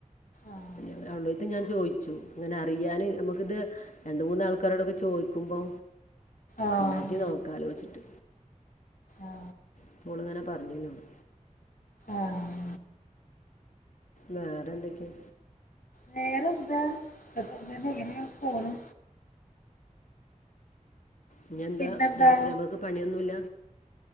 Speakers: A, on the left; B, on the left.
A: ആഹ്
B: പിന്നെ അവളുടെ അടുത്ത് ഞാൻ ചോദിച്ചു ദിച്ചു ഇങ്ങനെ അറിയാനും നമുക്കിത് രണ്ട് മൂന്നാൾക്കാരോടൊക്കെ ചോദിക്കുമ്പോ
A: ആഹ്
B: ഇണ്ടാക്കി നോക്കലോച്ചിട്ട്
A: ആഹ്
B: അപ്പോ ഓളങ്ങനെ പറഞ്ഞിന്നോട്
A: ആഹ്
B: വേറെ എന്തൊക്കെയ
A: വേറെ എന്താ എന്താങ്ങനെ പോണ്
B: ഇന്നെന്താ
A: പിന്നെന്താ
B: രാത്രി ഞമ്മൾക്ക് പണിയൊന്നുമില്ല